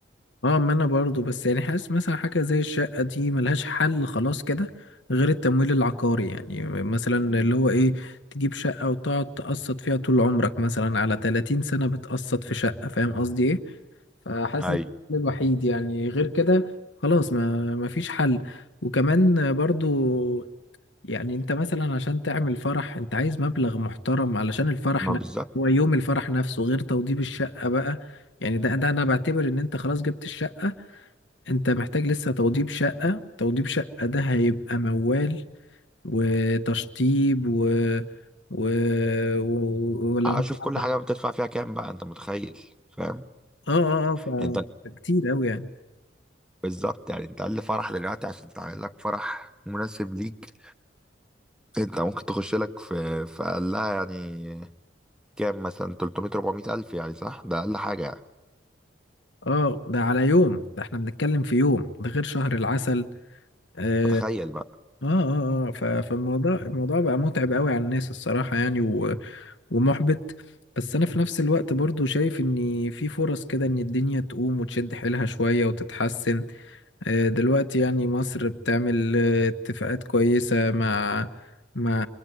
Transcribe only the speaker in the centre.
اي
ما
بالظبط
اشوف كل
حاجة بتدفع فيها كام بقى انت متخيل فاهم؟
يعني انت
بالظبط يعني انت اقل فرح دلوقتي عشان تعمل لك فرح مناسب ليك انت ممكن تخش لك في في اقلها يعني كام مثلا 300 400 الف يعني صح ده اقل حاجه يعني
فتخيل بقى